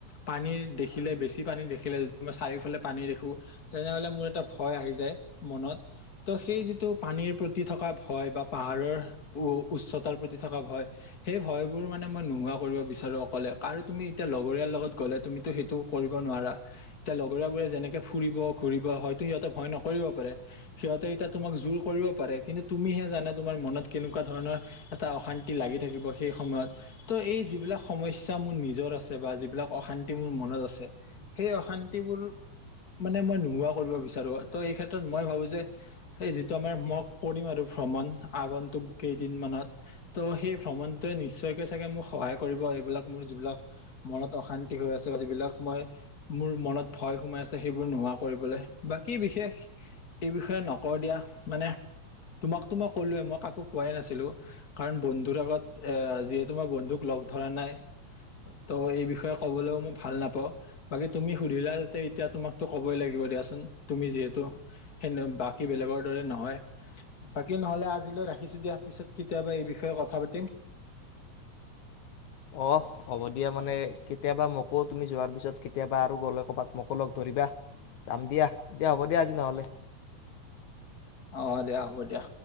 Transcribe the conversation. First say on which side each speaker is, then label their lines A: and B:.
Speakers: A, on the left (about 30°); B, on the left (about 75°).
A: পানী দেখিলে বেছি পানী দেখিলে য মই চাৰিওফালে পানী দেখো তেনেহ'লে মোৰ এটা আহি যায় মনত ত সেই যিটো পানীৰ প্ৰতি থকা ভয় বা পাহাৰৰ উ উচ্চতাৰ প্ৰতি থকা ভয় সেই ভয় বোৰ মানে মই নোহোৱা কৰিব বিচাৰো অকলে আৰু তুমি এতিয়া লগৰীয়াৰ লগত গ'লে তুমিতটো সেইটো কৰিব নোৱাৰা এতিয়া লগৰীয়া বোৰে যেনেকে ফুৰিব ঘুৰিব হয় হ ভয় নকৰিব পাৰে সিহঁতে তোমাক জোৰ কৰিব পাৰে কিন্তু তুমিহে জানা তোমাৰ মনত কেনেকুৱা ধৰণৰ এটা অশান্তি লাগি থাকিব সেই সময়ত ত এই যিবিলাক সমস্যা মোৰ নিজৰ আছে বা অশান্তি মোৰ মনত আছে, সেই অশান্তিবোৰ মানে মই নোহোৱা বিচাৰো ত' এই ক্ষেত্ৰত মই ভাবো যে, এই যিটো আমাৰ মই কৰিম আৰু ভ্ৰমণ আগন্তুক কেইদিন মানত ত' সেই ভ্ৰমণটোৱে নিশ্চয়কে চাগে মোক সহায় কৰিব এইবিলাক মোৰ যিবিলাক মনত অশান্তি হৈ আছে বা যিবিলাক মই মোৰ মনত ভয় সোমাই আছে সেইবোৰ নোহোৱা কৰিবলৈ বাকী বিশেষ এই বিষয়ে নকওঁ দিয়া মানে তোমাকতো মই কলোৱে মই কাকো কোৱাই নাছিলো কাৰণ বন্ধুৰ আগত এ যিহেতু মই বন্ধুক লগ ধৰা নাই ত' এই বিষয়ে কবলৈও মই ভাল নাপাওঁ বাকী তুমি সুধিলা যাতে এতিয়া তোমাকতো ক'বই লাগিব দিয়াচোন। তুমি যিহেতু সে বাকী বেলেগৰ দৰে নহয় বাকী ন'হলে আজিলৈ ৰাখিছো দিয়া পিছত কেতিয়াবা এই বিষয়ে কথা পাতিম।
B: অ', হ'ব দিয়া মানে কেতিয়াবা মোকো তুমি যোৱাৰ পিছত কেতিয়াবা আৰু গ'লে কৰ'বাত মোকো লগ ধৰিবা। যাম দিয়া দিয়া হ'ব দিয়া আজি ন'হলে।
A: অ', দিয়া হ'ব দিয়া।